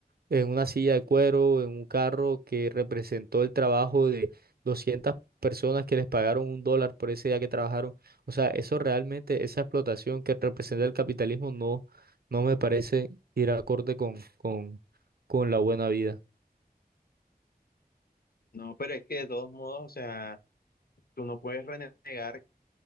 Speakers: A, on the right (about 70°); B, on the left (about 70°).
A: en una silla de cuero, en un carro que representó el trabajo de 200 personas que les pagaron un dólar por ese día que trabajaron. O sea, eso realmente, esa explotación que representa el capitalismo no, no me parece ir acorde con, con, con la buena vida.
B: No, pero es que de todos modos, o sea, tú no puedes renegar